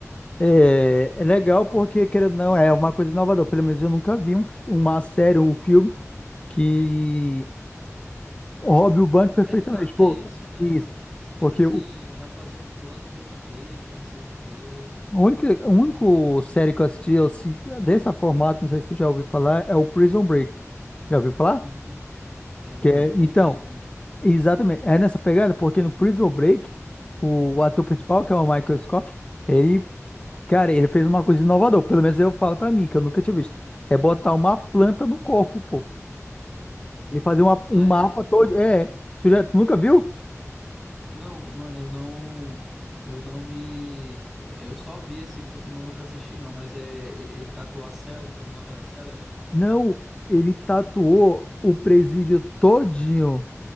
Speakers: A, on the left; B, in the centre.
A: É, é legal porque, querendo ou não, é uma coisa inovadora. Pelo menos eu nunca vi um fi- uma série ou um filme que roube o banco perfeitamente.
B: Retrata
A: Pô,
B: isso, né?
A: isso.
B: Tipo
A: Porque
B: assim,
A: o,
B: vai fazer um plano perfeito, não sei o quê.
A: A única, a único série que eu assisti eu, se- dessa formato, não sei se tu já ouviu falar, é o Prison Break. Já ouviu falar?
B: Uhum. Já.
A: Que é,
B: É
A: então,
B: antigo, né?
A: exatamente, é nessa pegada, porque no Prison Break, o ator principal, que é o Michael Scofield, ele, cara, ele fez uma coisa inovadora, pelo menos eu falo pra mim, que eu nunca tinha visto, é botar uma planta no corpo, pô. Ele fazer uma-
B: Ah,
A: um mapa
B: é?
A: todo, é, tu, já, tu nunca viu?
B: Não, mano, eu não. Eu não me. Eu só vi assim por cima, eu nunca assisti, não. Mas é. Ele, ele tatuou a cela, foi o mapa da cela? é?
A: Não, ele tatuou o presídio todinho